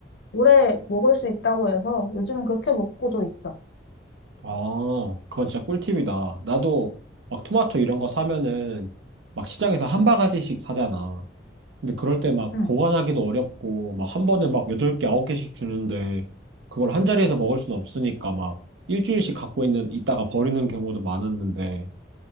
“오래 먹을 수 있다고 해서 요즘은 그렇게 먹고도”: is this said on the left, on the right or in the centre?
Left